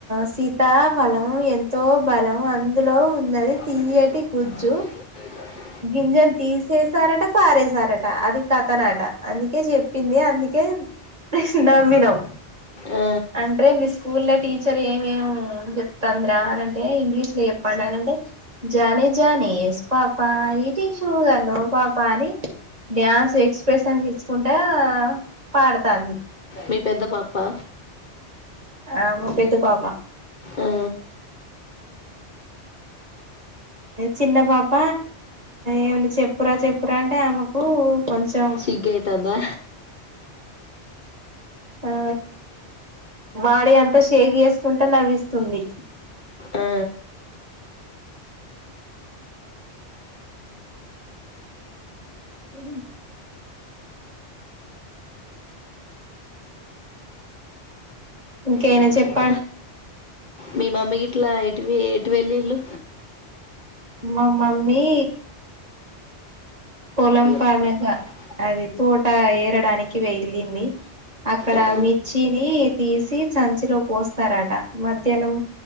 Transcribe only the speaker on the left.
ఆమెకి
తర్వాత ఇదే కట్టు
ఆ,
మీ పెద్ద పాపా
ఆ,
స్విగ్ అయితందా
ఆ,
మంచి
కూర మీ మమ్మీకి ఇట్లా ఎటు ఎటు వెళ్ళిళ్ళు
<unintelligible>
ఆ,